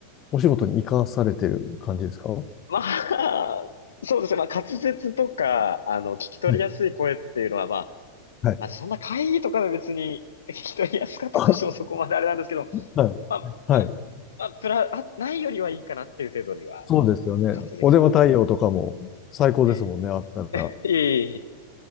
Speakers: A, on the left (about 30°); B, on the left (about 65°).
A: お仕事に生かされてる感じですかは
B: まあ、そうですね、まあ滑舌とか、あの、聞き取りやすい声っていうのは、
A: い。
B: まあ、
A: はい。
B: まあそんな会議とかで別に聞き取りやすかったとしてもそこまであれなんですけど、
A: <laughs> はい。
B: まあ、
A: はい。
B: まあ、まあ、プラ、あ、ないよりはいいかなっていう程度には、
A: そうですよね。
B: 滑舌できます。
A: お電話対応とかも最高ですもんね、
B: え
A: あったら。
B: えいえいえいえ。